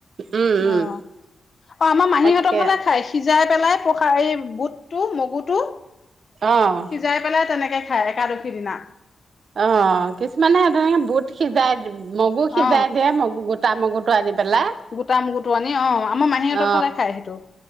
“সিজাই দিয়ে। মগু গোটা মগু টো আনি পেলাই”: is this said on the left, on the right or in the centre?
Right